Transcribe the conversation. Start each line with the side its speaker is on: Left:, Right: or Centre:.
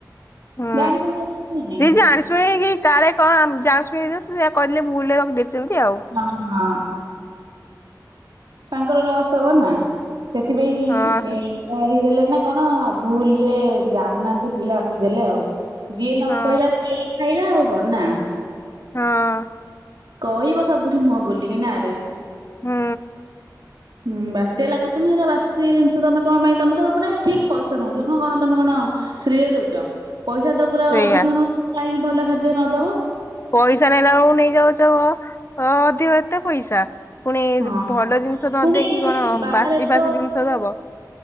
Left: ହୁଁ,
Right: ଜାଣି ଶୁଣି ରଖିଛନ୍ତି ନା ନାଇଁ
Left: ସେ ଜାଣି ଶୁଣିକି କାଲେ କଣ ଆ ଜା ଶୁଣି ସେଇଆ କହିଦେଲେ ମୁଁ ଭୁଲରେ ରଖିଦେଇଥିଲି ଆଉ।
Right: ହଁ ହଁ। ତାଙ୍କର ଲସ୍ ହବ ନା, ସେଥିପାଇଁ
Left: ହଁ
Right: ଇ କହିଦେଲେ ନା କଣ ଭୁଲ ରେ ଜାଣିନାହାନ୍ତି ପିଲା ରଖିଦେଲେ ଆଉ। ଯିଏ ନ
Left: ହଁ
Right: କହିଲା ଖାଇଲା ଖାଇଲା ଆଉ କଣ ନାଁ।
Left: ହଁ।
Right: କହିବ ସବୁଠି ମୁହଁ ଖୋଲିକି ନାରେ।
Left: ହୁଁ।
Right: ହୁଁ ବାସିଆ ଲାଗୁତୁନି ଏରା ବାସି ଜିନିଷ ତମେ କଣ ପାଇଁ ତମେ ତ ମାନେ ଠିକ ପଇସା ନଉଛ ହଁ କଣ ତମେ କଣ ଫ୍ରି ରେ ଦଉଛ ପଇସା ତ ପୁରା
Left: ସେଇଆ
Right: ଅଧିକ ନଉଛ କାହିଁ ଭଲ ଖାଦ୍ୟ ନ ଦବ।
Left: ପଇସା ନେଲା ବେଳକୁ ନେଇଯାଉଛ ଅ ଅ ଅଧିକ ଏତେ ପଇସା। ପୁଣି
Right: ହଁ।
Left: ଭଲ ଜିନିଷ
Right: ପୁଣି
Left: ନଦେଇକି କଣ
Right: ବାହାରେ
Left: ବାସି
Right: ତ
Left: ଫାସି ଜିନିଷ ଦବ।